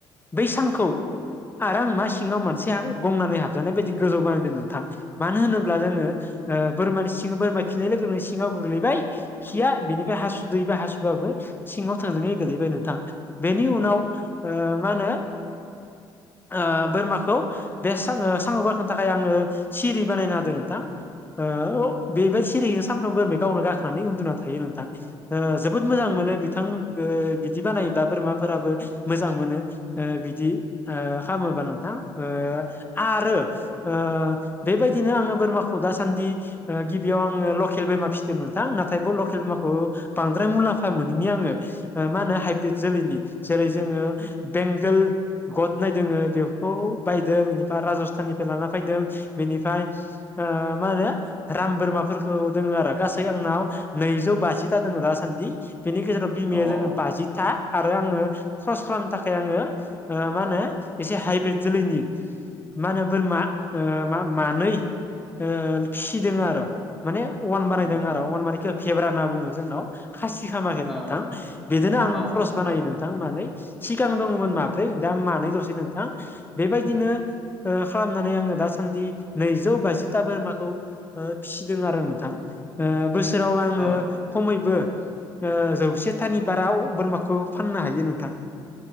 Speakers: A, on the left (about 15°); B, in the centre.
A: बै सांखौ आरो आं मा सिङाव मोनसे गंनानै हाब बायदि गोजौ बानायदों नोंथां मानो होनोब्ला जोङो ओ बोरमानि सिं बोरमा खिनाय लोगोनो सिङाव गोग्लैबाय खिया बेनिफ्राय हासुदैबा हासुबाबो सिङाव थोंजोङै गोलैबाय नोंथां बेनि उनाव ओ माहोनो ओ बोरमाखौ बे सां ओ साङाव गाखोनो थाखाय आङो सिरि बानायना होदों नोंथां ओ अ बेबायदि सिरियैनो सानफ्रोमबोरै गावनो गाखोनानै उन्दुना थायो नोंथां ओ जोबोद मोजां मोनो बिथां ओ बिदि बानाय्ला बोरमाफोराबो मोजां मोनो ओ बिदि ओ खालामामोबा नोंथां ओ आरो
B: औ
A: ओ बेबायदिनो आङो बोरमाखौ दासान्दि ओ गिबियाव आङो लकेल बोरमा फिसिदोंमोन नोंथां नाथाय ब लकेल बमाखौ बांद्राय मुलाम्फा मोनैनि आङो मा होनो हाइब्रिद जोलैनि जेरै जोङो बेंगोल गद नायदों बेखौ बायदों बेनिफ्राय राजस्थाननिफ्राय लाना फैदों बेनिफ्राय ओ माहोनो राम बोरमाफोरखौ दोङो आरो गासै आंनाव नैजौ बाजिथा दङो दासान्दि बेनि गेजेराव बिमाया
B: औ
A: जोङो
B: अ
A: बाजिथा आरो आङो सरस खालामनो थाखाय आङो ओ मा होनो एसे हाइब्रिद जोलैनि मा होनो बोरमा ओ मा मानै ओ फिसिदों आरो माने अवन बानायदों
B: अ
A: आरो अवन माने फेब्रा होनना बुङो जोंनाव खासि खामाखै आरो
B: औ
A: नोंथां
B: औ औ
A: बेजोंनो आं
B: औ
A: ख्रस
B: औ नोंथां
A: बानायो
B: औ
A: नों थांनानै सिगां दङमोन माब्रै दा मानै दसै नोंथां बेबायदिनो खालामनानै आङो दासान्दि नैजौ बाजिथा बोरमाखौ फिसिदों आरो नोंथां ओ बोसोराव आङो
B: अ औ औ नोंथां
A: खमैबो
B: औ
A: ओ जौसेथानि बारा बोरमाखौ फाननो हायो नोंथां